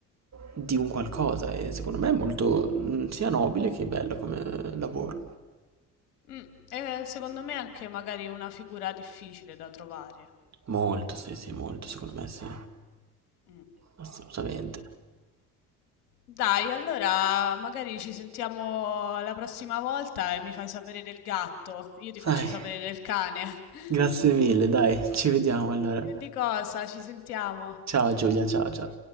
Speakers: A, on the right; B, on the left.
A: di un qualcosa e secondo me è molto, mhmm, sia nobile che bello come lavoro.
B: Mm, e secondo me è anche magari una figura difficile da trovare.
A: Molto, sì, sì, molto, secondo me sì,
B: Mm.
A: assolutamente.
B: Dai, allora magari ci sentiamo la prossima volta e mi fai sapere del gatto, io ti faccio
A: Dai,
B: sapere del cane. <laughs>
A: grazie mille, dai, ci vediamo allora.
B: E Di cosa? Ci sentiamo.
A: Ciao Giulia, ciao ciao.